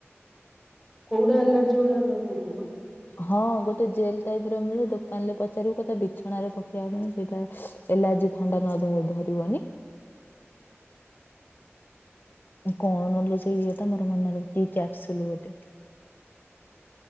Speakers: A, in the centre; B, on the left.
A: କୋଉଟା ଏଲର୍ଜି ଭଳିଆ ତୋର କହୁଛୁ ମ
B: ହଁ ଗୋଟେ ଜେଲ ଟାଇପର ମିଳେ ଦୋକାନରେ ପଚାରିବୁ କଥା ବିଛଣାରେ ପକେଇବା ପାଇଁ ସେଇଟା ଏଲାର୍ଜି ଥଣ୍ଡା ନ ଧରିବନି <inaudible> କଣଲୁ ସେ ଇଏ ତ ମୋର ମନରେ କି କ୍ୟାପସୁଲ ଗୋଟେ